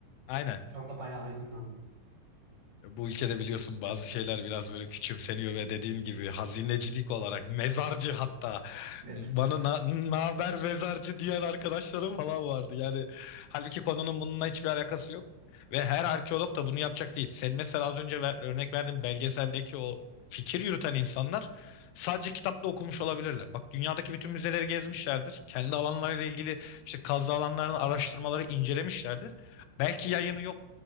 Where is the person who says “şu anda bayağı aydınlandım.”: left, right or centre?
Right